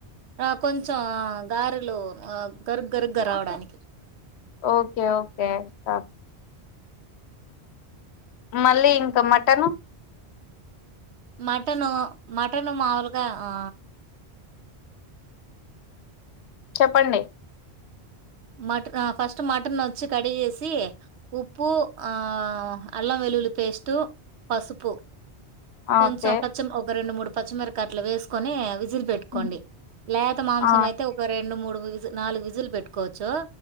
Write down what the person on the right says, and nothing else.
ఆ కొంచెం గారెలు గరుగ్గరుగ్గా రావడానికి
మటను మటన్ మాముూలుగా ఆ
మట్కా ఫస్ట్ మటన్ వచ్చి కడిగేసి ఉప్పు ఆ అల్లం వెల్లుల్లి పేస్టు పసుపు
కొంచం
పచ్చం ఒక రెడు మూడ్ పచ్చమీర్కట్లు వేసుకొని విజిల్ పెట్టుకోండి
లేత మాంసం
అయితే ఒక రెండు మూడు విజు నాలుగు విజులు పెట్టుకోవచ్చు